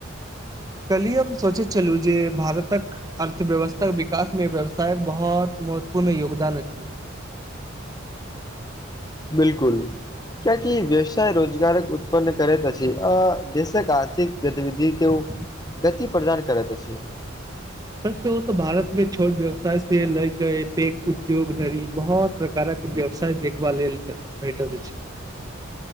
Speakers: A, on the right (about 20°); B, on the left (about 20°).
A: कल्हि हम सोचैत छलहुँ जे भारतक। अर्थव्यवस्था के विकास मे व्यवसायक बहुत महत्वपूर्ण योगदान अछि।
B: बिलकुल। क्याकी व्यवसाय रोजगारक उत्पन्न करैत अछि, देशक आर्थिक गतिविधि के ओ गति प्रदान करैत अछि छै।
A: सच कहू भारत में छोट व्यवसाय से लअके पेध उद्योग धरि बहुत प्रकारक।। व्यवसाय देखबा लेल भेटल छै।